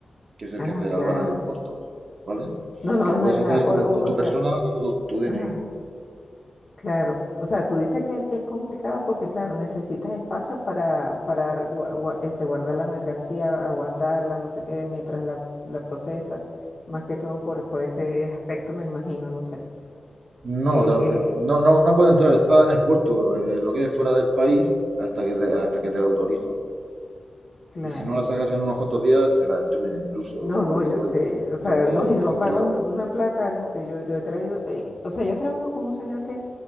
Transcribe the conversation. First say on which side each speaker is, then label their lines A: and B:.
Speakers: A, on the right; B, on the left.
A: que es el
B: ah,
A: que hace la
B: claro.
A: aduana en los puertos, ¿vale?
B: No, no,
A: Que lo
B: es
A: puedes
B: verdad,
A: hacer
B: por,
A: como
B: u-
A: con
B: o
A: tu
B: sea,
A: persona dando tu, tu DNI.
B: ajá. Claro, o sea, tú dices que, que es complicado porque, claro, necesitas espacios para, para re- gua- gua- este, guardar la mercancía, aguantarla, no sé qué, mientras la, la procesa, más que todo por, por ese aspecto, me imagino, no sé.
A: No,
B: Eh,
A: te lo-
B: eh,
A: eh, no, no, no puede entrar, está en el puerto, eh, lo que es fuera del país, hasta que te- hasta que te lo autorizan.
B: claro.
A: Y si no la sacas en unos cuantos días, te la destruyen incluso,
B: No,
A: o
B: no,
A: la devuelven.
B: yo sé, o
A: Entonces
B: sea, no, yo
A: es
B: no
A: complicado.
B: pago un- una plata al- porque yo, yo he traído, eh, o sea, yo trabajo con un señor que,